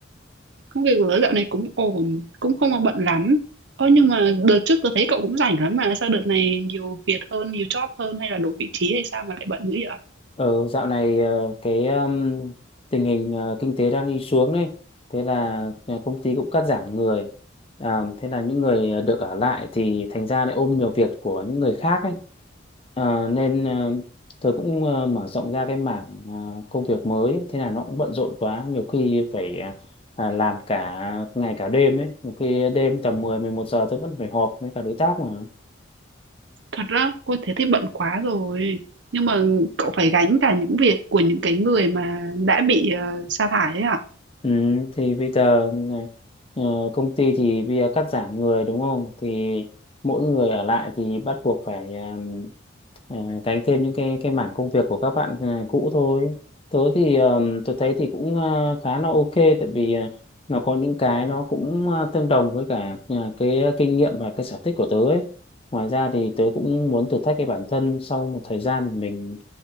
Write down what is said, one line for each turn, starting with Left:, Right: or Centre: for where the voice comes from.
Right: Công việc của tớ dạo này cũng ổn Cũng không mà bận lắm Ơ nhưng mà đợt trước tớ thấy cậu cũng rảnh lắm mà Sao đợt này nhiều việc hơn, nhiều job hơn Hay là đổi vị trí hay sao mà lại bận dữ vậy ạ?
Left: Ờ, dạo này ờ, cái um, tình hình ờ, kinh tế đang đi xuống đấy, thế là ờ, công ty cũng cắt giảm người, à, thế là những người ờ, được ở lại thì thành ra lại ôm nhiều việc của những người khác ấy, Ờ, nên ờ, tôi cũng ờ, mở rộng ra cái mảng ờ, công việc mới, thế là nó cũng bận rộn quá, nhiều khi phải ờ, à, làm cả ngày cả đêm ấy, nhiều khi đêm tầm mười mười một giờ tôi vẫn phải họp với cả đối tác mà.
Right: Thật á, ôi thế thì bận quá rồi Nhưng mà cậu phải gánh cả những việc Của những cái người mà đã bị ờ, sa thải ấy à
Left: Ừ, thì bây giờ này, ờ, công ty thì bây giờ cắt giảm người đúng không? Thì mỗi người ở lại thì bắt buộc phải um, ờ, gánh thêm những cái cái mảng công việc của các bạn ờ, cũ thôi. Tớ thì um, tớ thấy thì cũng ờ, khá là ok tại vì ờ, nó có những cái nó cũng ờ, tương đồng với cả ờ, cái kinh nghiệm và cái sở thích của tớ ấy. Ngoài ra thì tớ cũng muốn thử thách cái bản thân sau một thời gian mình